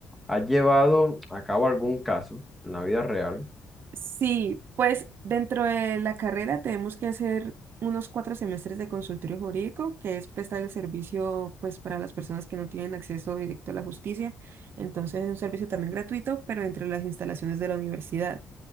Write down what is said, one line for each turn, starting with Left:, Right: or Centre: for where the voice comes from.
Centre: ¿has llevado a cabo algún caso en la vida real?
Right: Sí, pues dentro de la carrera tenemos que hacer unos cuatro semestres de consultorio jurídico, que es prestar el servicio pues para las personas que no tienen acceso directo a la justicia. Entonces es un servicio también gratuito, pero dentro de las instalaciones de la universidad.